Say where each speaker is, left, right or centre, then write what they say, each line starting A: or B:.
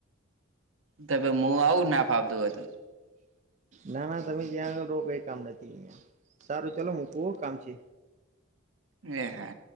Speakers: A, on the right (about 85°); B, on the right (about 35°).
A: તો તો મુ આવું ના ફાવતું હોતો
B: ના ના તમે ત્યાં આગળ રો કઈ કામ નથી અહીયા સારું ચલો મૂકું હો કામ છે
A: એ હા